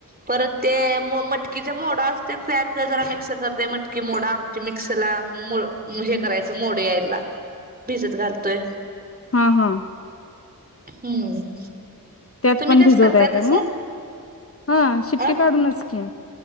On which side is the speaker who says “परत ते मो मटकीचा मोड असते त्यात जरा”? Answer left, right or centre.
Right